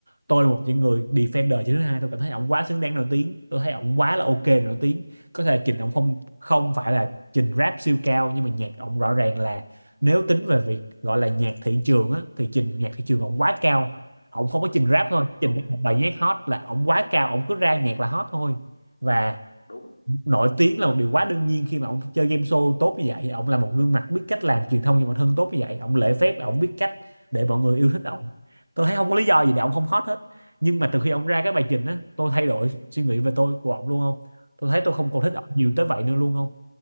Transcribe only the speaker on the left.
ừ,
đúng
đúng